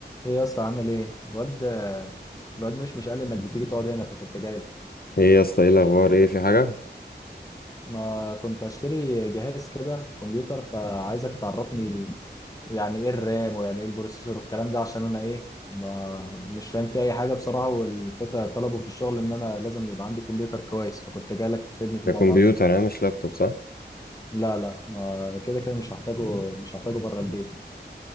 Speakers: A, on the left; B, on the left.
A: ايه يا اسطى عامل ايه الواد الواد مش مش قال لي انك بتيجي تقعد هنا فكنت جاي لك
B: ايه يا اسطى ايه الاخبار ايه في حاجه
A: ما كنت اشتري جهاز كده كمبيوتر فعايزك تعرفني ال... يعني ايه الرام ويعني ايه البروسيسور والكلام ده عشان انا ايه ما مش فاهم فيه اي حاجه بصراحه والفكره طلبوا في الشغل ان انا لازم يبقى عندي كمبيوتر كويس فكنت جاي لك تفيدني في الموضوع
B: ده كمبيوتر
A: ده
B: انا مش لابتوب صح
A: لا لا ما كده كده مش هحتاجه مش هحتاجه بره البيت